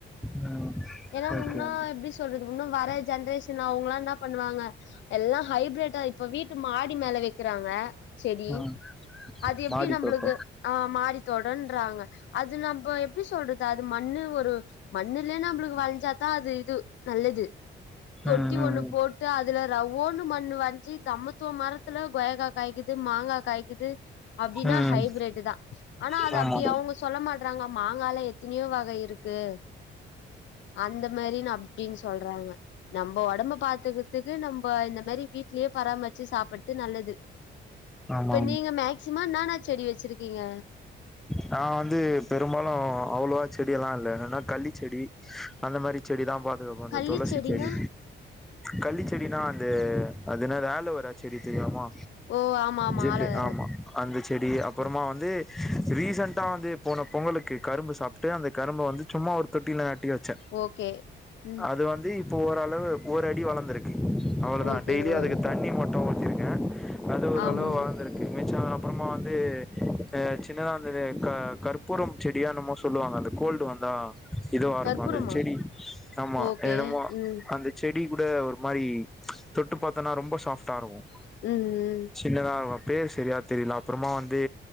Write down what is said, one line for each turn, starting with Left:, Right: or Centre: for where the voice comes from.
Centre: ம்
Left: ஏன்னா
Centre: ஓகே
Left: உன்னா
Centre: ஓகே
Left: எப்டி சொல்றது உன்னோ வர ஜெனரேஷன் அவுங்கள நா பண்ணுவாங்க எல்லா ஹைப்ரேடயி இப்ப வீட்டு மாடி மேல வக்கிறாங்க செடி
Centre: ம்
Left: அது எப்டி
Centre: மாடி
Left: நம்பளுக்கு
Centre: தோட்டோ
Left: ஆ மாடித்தோடுறாங்க அது நம்ம எப்டி சொல்றது அது மண்ணு ஒரு மண்ணுலய நம்பளுக்கு வளைஞ்சாதா அது இது நல்லது தொட்டி
Centre: ம் ம்
Left: ஒண்ணு போட்டு அதுல ரவ்வோ ஒண்ணு மண்ணு வஞ்சி தமத்துவ மரத்துல கொய்யக்கா காய்க்குது மாங்காய் காய்க்குது அப்படின்னா
Centre: ம்
Left: ஹைபிரட்டுதா ஆனா அது
Centre: ம் ஆமா
Left: அப்டி
Centre: ம்
Left: அவுங்க சொல்ல மாட்டறாங்க மாங்கால எத்தனையோ வகை இருக் க்கு அந்த மாரி அப்படின்னு சொல்றாங்க நம்ம ஒடம்பு பாத்துக்கிறதுக்கு நம்ம இந்த மாதிரி வீட்லயே பராமரிச்சி சாப்புட்டு நல்லது
Centre: ஆமா
Left: இப்ப
Centre: ஆமா
Left: நீங்க மேக்ஸ் சிம்மானுதான செடி வெச்சிருக்கீங்க
Centre: நா வந்து பெரும்பாலும் அவ்வளவா செடியெல்லா இல்ல என்னன்னா கள்ளிச்செடி அந்த மாரி செடிதா பாத்துக்கப்போ இந்த
Left: கள்ளி
Centre: துளசி
Left: செடினா
Centre: செடி கள்ளிச்செடினா வந்து அது என்ன அலோவேரா செடி தெரியுமா
Left: ஓ ஆமா ஆமா
Centre: ஜெல்லு
Left: ஆலோவேரா
Centre: ஆமா அந்த செடி அப்பறமா வந்து ரீசெண்டட்டா வந்து போன பொங்கலுக்கு கரும்பு சாப்ட்டு அந்த கரும்ப வந்து சும்மா ஒரு தொட்டியில நட்டி வச் ச்ச
Left: ஓகே ம்
Centre: அது வந்து இப்ப ஓரளவு ஒரு அடி வளந்திருக்கு அவ்ளோ தான்
Left: ஓகே
Centre: டெய்லியும்
Left: ஓகே
Centre: அதுக்கு தண்ணி மட்டும் ஊத்திருக்கேன் அது ஓரளவு
Left: ஆமா ஆமா
Centre: வளந் திருக்கு எங்காச்சும் அப்பறமா வந்து க சின்னதா அந்த க கற்பூரம் செடியா என்னமோ சொல்லுவாங்க அந்த கோல்டு வந்தா இதவா இருக்கும்
Left: கற்பூரமா
Centre: அந்த செடி ஆமா
Left: ஓகே
Centre: என்னமோ
Left: ம்
Centre: அந்த செடி கூட ஒரு மாறி தொட்டு பாத்தோனா ரொம்ப சாஃப்டா இருக்கும்
Left: ம் ம்
Centre: சின்னதாக பேர் செரியா தெரியல அப்பறமா வந்து